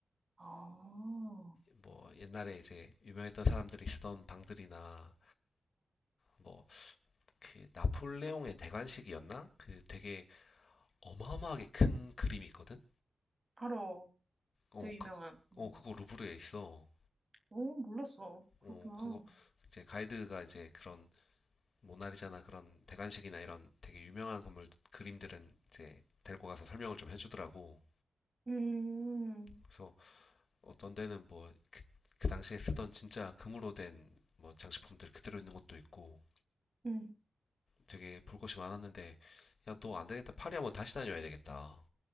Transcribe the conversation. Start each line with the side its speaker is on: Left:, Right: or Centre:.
Right: 아, 어,
Left: 뭐 옛날에 이제 유명했던 사람들이 쓰던 방들이나 뭐 그 나폴레옹의 대관식이었나? 그 되게 어마어마하게 큰 그림이 있거든.
Right: 바로
Left: 어
Right: 되게 유명한.
Left: 그거
Right: 음.
Left: 어 그거 루브르에 있어.
Right: 오, 몰랐어. 그렇구나.
Left: 어 그거 이제 가이드가 이제 그런 모나리자나 그런 대관식이나 이런 되게 유명한 건물 그림들은 이제 데리고 가서 설명을 좀 해주더라고.
Right: 음,
Left: 그래서 어떤 데는 뭐 그 당시에 쓰던 진짜 금으로 된 뭐 장식품들 그대로 있는 것도 있고
Right: 음.
Left: 되게 볼 것이 많았는데 야, 너 안 되겠다. 파리 한번 다시 다녀야 되겠다.